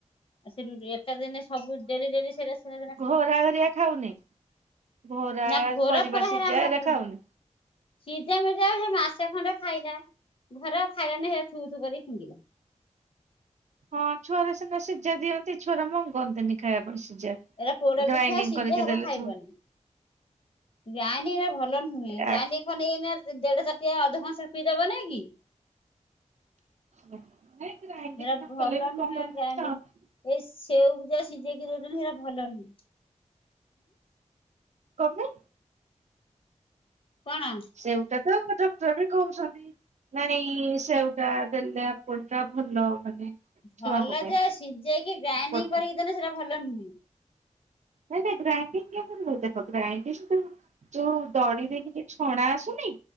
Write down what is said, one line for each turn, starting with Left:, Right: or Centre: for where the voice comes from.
Left: ଆ ସେ ରୁ ରୁ ଏକା ଦିନେ ସବୁ ଡେଲି ଡେଲି ସେଇରା ସେଇରା ଦେନ
Right: ଘୋର ହରିଆ ଖାଉନି? ଘୋରା
Left: ନା ଘୋର
Right: ପରିବା
Left: ଫୋର
Right: ସିଜା
Left: ହେରା ଆମେ
Right: ଏରା
Left: ଦଉନା
Right: ଖାଉନି?
Left: ସିଝା ମିଜା ସେ ମାସେ ଖଣ୍ଡେ ଖାଇଲା। ଧର ଖାଇଲାନି ହେରା ଥୁ ଥୁ କରି ଫିଙ୍ଗିଲା
Right: ହଁ ଛୁଆର ସିନା ସିଝା ଦିଅନ୍ତି। ଛୁଆର ମଂଗନ୍ତିନି ଖାଇବା ପାଇଁ ସିଝା।
Left: ଏଇରା ପୋଡ
Right: ଗ୍ରାଇଣ୍ଡିଙ୍ଗ
Left: ପିଠା ସିଝା
Right: କରିକି
Left: ହେରା
Right: ଦେଲେ
Left: ଖାଇବନି।
Right: ଥୁ
Left: ଗ୍ରାଇଣ୍ଡିଙ୍ଗ ଏ ଭଲ ନୁହେଁ।
Right: ଆ
Left: ଗ୍ରାଇଣ୍ଡିଙ୍ଗ କଲେ ଏଇନା ଦେଢ ତାଟିଆ ଅଧକଂସେ ପିଇଦବନେଇ କି।
Right: ନାଇଁ ଗ୍ରାଇଣ୍ଡିଙ୍ଗ
Left: ହେରା
Right: ନକଲେ
Left: ଭଲ
Right: ବି
Left: ନୁହେଁ
Right: କଣ କରିବୁ
Left: ଗ୍ରାଇଣ୍ଡି
Right: <unintelligible>
Left: ଏଇ ସେଉ କୁ ଯା ସିଝେଇକି ଦଉଚନ୍ତି ହେଇଟା ଭଲ ନୁହିଁ।
Right: କଁ ପାଇଁ?
Left: କଣ?
Right: ସେଉଟା ତ ଡକ୍ଟର ବି କହୁଚନ୍ତି। ନାଇଁ ସେଓଟା ଦେଲେ ଆପଲ ଟା ଭଲ ମାନେ ଛୁଆଙ୍କ
Left: ଭଲ
Right: ପାଇଁ।
Left: ଯେ ସିଝେଇକି ଗ୍ରାଇଣ୍ଡିଙ୍ଗ
Right: ନାଇଁ
Left: କରିକି ଦେଲେ ସେଇଟା ଭଲ ନୁହଁ।
Right: ନାଇଁ ନା ଗ୍ରାଇଣ୍ଡଡିଙ୍ଗ <unintelligible> ଦେଖ ଗ୍ରାଇଣ୍ଡିଙ୍ଗ ତ ତୁ ଦଳି ଦେଇକି କି ଯୋଉ ଛଣା ଆସୁନି